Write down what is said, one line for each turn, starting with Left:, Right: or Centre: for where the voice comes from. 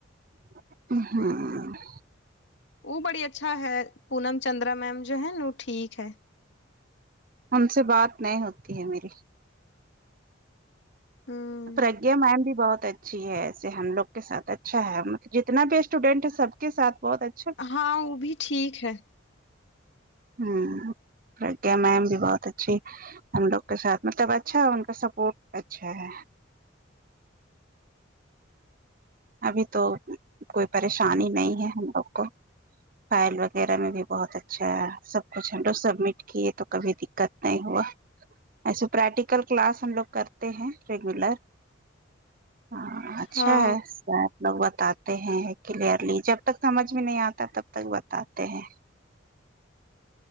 Right: ہاں
Left: وہ بڑی اچھا ہے پونم چندرا میم جو ہے نا وہ ٹھیک ہے
Right: ان سے بات نہیں ہوتی ہے میری
Left: ہوں
Right: پرگیہ میم بھی بہت اچ اچھی ہے ایسے ہم لوگ کے سات اچھا ہے جتنا بھی اسٹوڈینٹ ہے سب کے ساتھ بہت اچھ
Left: ہاں وہ بھی ٹھیک ہے
Right: ہم پرگیا میم بھی بہت اچھی ہم لوگ کے ساتھ مطلب اچھا ان کا سپورٹ اچھا ہے ابھی تو کوئی پریشانی نہیں ہے ہم لوگ کو فائل وغیرہ میں بھی بہت اچھا ہے سب کچھ لو سبمٹ کیے تو کبھی دقت نہیں ہوا ایسے پریکٹیکل کلاس ہم لوگ کرتے ہیں ریگولر ہاں اچھا
Left: ہاں
Right: ہے بتاتے ہیں کلیئرلی جب تک سمجھ میں نہیں اتا تب تک بتاتے ہیں